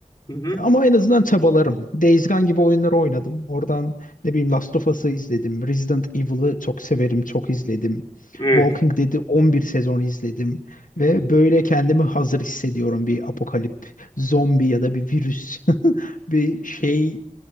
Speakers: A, on the left; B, on the left.
A: Hı hı.
B: Ama en azından çabalarım. Days Gone gibi oyunları oynadım. Oradan ne bileyim Last of Us'ı izledim. Resident Evil'ı çok severim, çok izledim.
A: Evet.
B: Walking Dead'i 11 sezon izledim. Ve böyle kendimi hazır hissediyorum bir apokalip, zombi ya da bir virüs, <laughs> bir şey